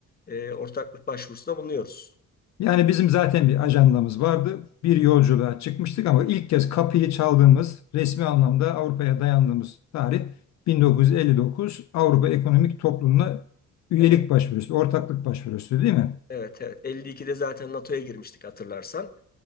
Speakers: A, on the left (about 30°); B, on the left (about 65°).
A: E, ortaklık başvurusunda bulunuyoruz.
B: Yani bizim zaten bir ajandamız vardı. Bir yolculuğa çıkmıştık ama ilk kez kapıyı çaldığımız resmi anlamda Avrupa'ya dayandığımız tarih 1959 Avrupa Ekonomik Toplumu'na üyelik
A: Evet,
B: başvurusu, ortaklık başvurusu değil mi?
A: evet, evet. 52'de zaten NATO'ya girmiştik hatırlarsan.